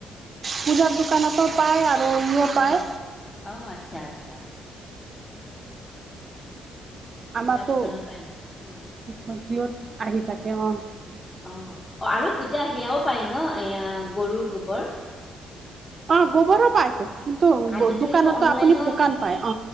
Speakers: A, on the right; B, on the left.
A: পূজাৰ দোকানতো পায় আৰু। ইও
B: অ
A: পায়
B: ঔ আচ্ছা আচ্ছা। পূজাৰ
A: আমাৰটো
B: দোকানৰ পৰা আনি উম
A: ভিদিঅ'ত আহি থাকে অ।
B: অ অ আৰু পূজা সেয়াও পায় ন এয়া গৰুৰ গোবৰ?
A: অ গোবৰো পায়টো। কিন্তু
B: আজিকালিতো
A: দোকানতো
B: অনলাইনত
A: আপুনি শুকান পায় অ